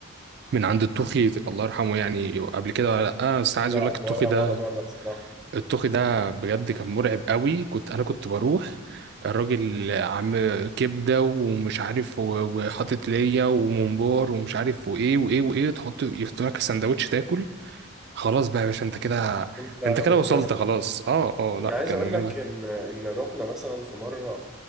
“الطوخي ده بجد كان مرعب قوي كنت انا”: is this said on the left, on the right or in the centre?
Right